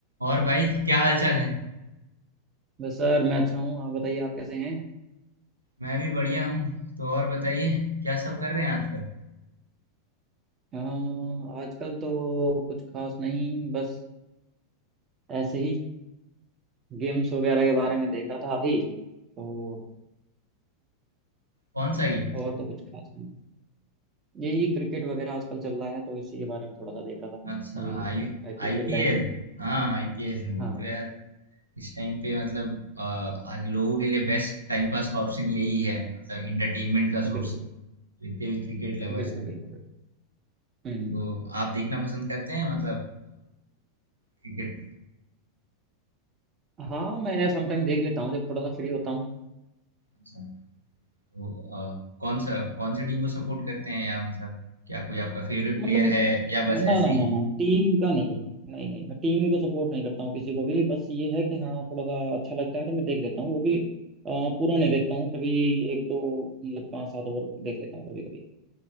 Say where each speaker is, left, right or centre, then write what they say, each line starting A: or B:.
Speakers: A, on the right; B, on the right.
A: और भाई क्या हाल चाल है
B: बस सर मैं अच्छा हूँ आप बताइए आप कैसे हैं
A: मैं भी बढ़िया हूँ तो और बताइए क्या सब कर रहे हैं आजकल
B: अ, आजकल तो कुछ खास नहीं बस ऐसे ही गेम्स वगैरह के बारे में देख रहा था अभी तो
A: कौन सा गेम
B: और तो कुछ खास नहीं यही क्रिकेट वगैरह आजकल चल रहा है तो इसी के बारे में थोड़ा सा देख रहा था
A: अच्छा
B: अभी
A: आई
B: आईपीएल
A: आईपीएल
B: चल रहा है ना
A: हाँ आईपीएल वो
B: हाँ
A: तो यार इस टाइम पे मतलब अ, आज लोगों के लिए बेस्ट टाइम पास का ऑप्शन यही है मतलब इंटरटेनमेंट का सोर्स
B: बिल्कुल
A: जितने भी क्रिकेट लवर्स
B: बिल्कुल
A: हैं
B: बिल्कुल बिल्कुल हम्म
A: तो आप देखना पसंद करते हैं मतलब क्रिकेट
B: हाँ मैं समटाइम देख लेता हूँ जब थोड़ा सा फ्री होता हूँ
A: अच्छा तो अ, कौन सा कौन सा टीम को सपोर्ट करते हैं या मतलब क्या कोई आपका फेवरेट प्लेयर
B: मतलब मैं
A: है या बस
B: ना
A: ऐसे
B: ना ना
A: ही
B: ना टीम का नहीं है नहीं नहीं मैं टीम को सपोर्ट नहीं करता हूँ किसी को भी बस ये है कि हाँ थोड़ा सा अच्छा लगता है तो मैं देख लेता हूँ वो भी अ, पूरा नहीं देखता हूँ कभी एक दो मतलब पाँच सात ओवर देख लेता हूँ कभी कभी